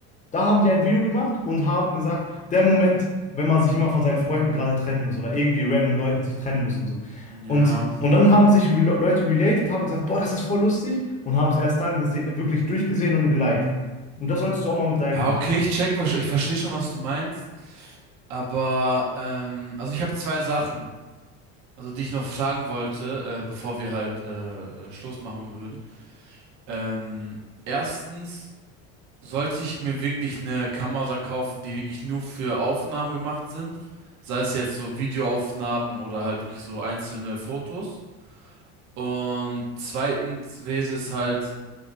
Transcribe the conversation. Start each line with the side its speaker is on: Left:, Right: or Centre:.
Left: Da haben die ein Video gemacht und haben gesagt, der Moment, wenn man sich immer von seinen Freunden gerade trennen muss oder irgendwie random Leuten sich trennen muss und so.
Right: Ja.
Left: Und, und dann haben sich Relo- Leute related, haben gesagt, boah, das ist voll lustig und haben es erst dann gese- wirklich durchgesehen und geliked. Und das solltest du auch mal mit deinen
Right: Ja,
Left: Videos.
Right: okay,
Left: machen.
Right: ich check, was- ich verstehe schon, was du meinst. Aber, ähm, also ich habe zwei Sachen, also die ich noch fragen wollte, äh, bevor wir halt äh, äh, Schluss machen würden. Ähm, erstens, sollte ich mir wirklich eine Kamera kaufen, die wirklich nur für Aufnahmen gemacht sind? Sei es jetzt so Videoaufnahmen oder halt wirklich so einzelne Fotos. Und zweitens wäre es halt,